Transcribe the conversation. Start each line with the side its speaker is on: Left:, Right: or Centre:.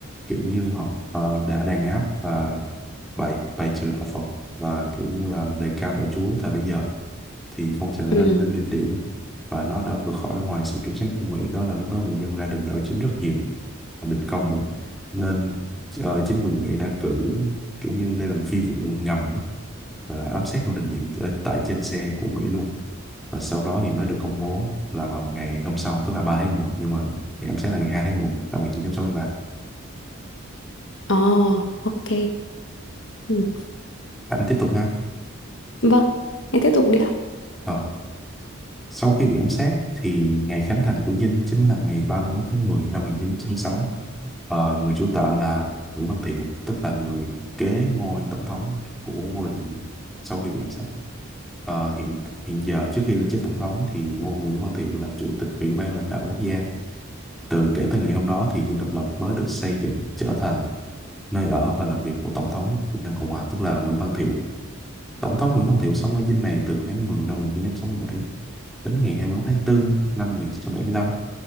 Centre: kiểu như họ ờ, đã đàn áp và bài bài trừ đạo Phật và kiểu như là đề cao đạo Chúa tại bây giờ thì phong trào đã
Left: Ừ.
Centre: lên đến đỉnh điểm và nó đã vượt khỏi ngoài sự kiểm soát của Mỹ đó là lúc đó người dân ra đường đảo chính rất nhiều đình công nữa nên ờ, chính quyền Mỹ đã cử kiểu như đây là một phi vụ ngầm á, và ám sát Ngô Đình Diệm ở tại trên xe của Mỹ luôn và sau đó thì mới được công bố là vào ngày hôm sau tức là ba tháng mười một nhưng mà ngày ám sát là ngày 2 tháng 11 năm 1963
Left: Ờ, ok. Ừ.
Centre: anh tiếp tục ha
Left: Vâng, em tiếp tục đi ạ.
Centre: ờ. sau khi bị ám sát thì ngày khánh thành của Dinh chính là ngày 31 tháng 10 năm 1966 ờ, người chủ tọa là Nguyễn Văn Thiệu tức là người kế ngôi tổng thống của Ngô Đình Diệm sau khi bị ám sát Ờ, hiện hiện giờ trước khi lên chức tổng thống thì Ngô Nguyễn Văn Thiệu là chủ tịch Ủy ban lãnh đạo quốc gia. Từ kể từ ngày hôm đó thì Dinh Độc Lập mới được xây dựng trở thành nơi ở và làm việc của tổng thống Việt Nam Cộng Hòa tức là Nguyễn Văn Thiệu. Tổng thống Nguyễn Văn Thiệu sống ở dinh này từ tháng 10 năm 1967 đến ngày 21 tháng 4 năm 1975